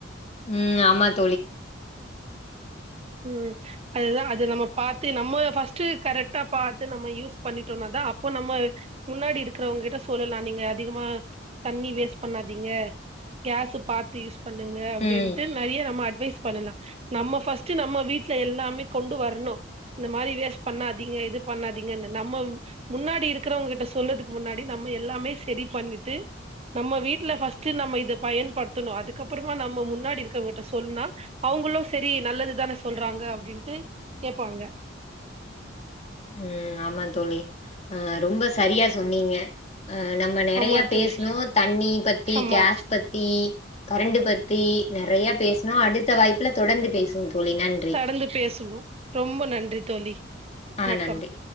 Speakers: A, on the left; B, on the right.
A: ம் ஆமாத்
B: ம் அதுதா அது நம்ம பாத்து நம்ம ஃபஸ்ட்டு கரெக்ட்டா பாத்து நம்ம யூஸ் பண்ணிட்டோனாத அப்போ நம்ம முன்னாடி இருக்றவுங் கிட்ட சொல்லலா நீங்க அதிகமா தண்ணி வேஸ்ட் பண்ணாதீங்க கேஸு பாத்து யூஸ் பண்ணுங்க அப்டின்ட்டு
A: ம்
B: நறிய நம் ம அட்வைஸ் பண்ணலா நம்ம ஃபஸ்ட்டு நம்ம வீட்ல எல்லாமே கொண்டு வர்ணு இந்த மாரி வேஸ் பண்ணாதீங்க இது பண்ணாதீங்கன்னு நம்ம முன்னாடி இருக்குறவுங்க கிட்ட சொல்றதுக்கு முன்னாடி நம்ம எல்லாமே செரி பண்ணிட்டு நம்ம வீட்ல ஃபஸ்ட்டு நம்ம இத பயன்படுத்தணு அதுக்கப்புறமா நம்ம முன்னாடி இருக்கவுங்க ட்ட சொல்னா அவுங்களு செரி நல்லது தான சொல்றாங்க அப்டின்ட்டு கேப்பாங்க
A: ம் ஆமா தோழி அ ரொம்ப சரியா சொன்னீங்க அ நம்ம நெறயா
B: ஆமா
A: பேஸ்னோ
B: தோழி
A: தண்ணி பத்தி
B: ஆமா
A: கேஸ் பத்தி கரண்டு பத்தி நெறைய பேஸ்னோ அடுத்த வாய்ப்புல தொடர்ந்து பேசுவோ தோழி நன்றி
B: கடந்து பேசுனு ரொம்ப நன்றி தோழி வணக்கம்
A: அ நன்றி